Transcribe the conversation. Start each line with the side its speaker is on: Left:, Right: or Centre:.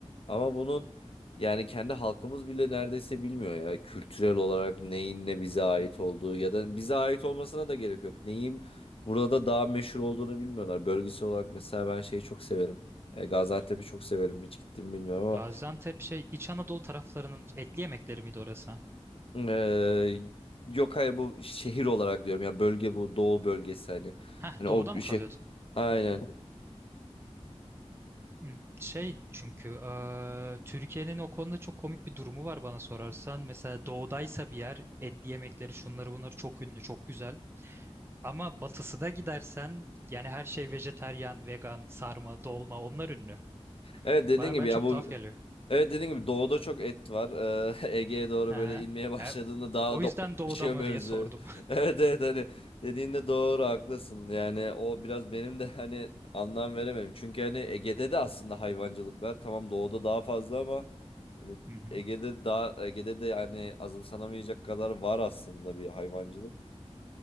Left: Ama bunun yani kendi halkımız bile neredeyse bilmiyor ya kültürel olarak neyin ne bize ait
Right: Hı hı.
Left: olduğu ya da bize ait olmasına da gerek yok. Neyin burada daha meşhur olduğunu bilmiyorlar. Bölgesel olarak mesela ben şeyi çok severim. E, Gaziantep'i çok severim hiç gittim mi bilmiyorum ama
Right: Gaziantep şey İç Anadolu taraflarının etli yemekleri miydi orası?
Left: Ee, yok hayır bu şehir olarak diyorum yani bölge bu doğu bölgesi hani
Right: Heh
Left: hani
Right: doğuda
Left: o
Right: mı kalıyordu?
Left: şey aynen
Right: Hmm, Şey çünkü eee, Türkiye'nin o konuda çok komik bir durumu var bana sorarsan. Mesela doğudaysa bir yer etli yemekleri şunları bunları çok ünlü çok güzel. Ama batısına gidersen yani her şey vejetaryen, vegan, sarma, dolma onlar ünlü.
Left: evet dediğin
Right: Bana
Left: gibi
Right: ben çok
Left: ya bu
Right: tuhaf geliyor.
Left: evet dediğin gibi doğuda çok et var Ee, <laughs> Ege'ye doğru
Right: He.
Left: böyle inmeye başladığında daha
Right: O yüzden
Left: da otlaşıyor
Right: doğuda mı
Left: mevzu
Right: diye sordum.
Left: <laughs> evet evet hani dediğinde doğru haklısın yani o biraz benim de hani anlam veremem çünkü hani Ege'de de aslında hayvancılık var tamam doğuda daha fazla ama hani
Right: <laughs> Hı hı.
Left: Ege'de daha Ege'de de yani azımsanamayacak kadar var aslında bir hayvancılık.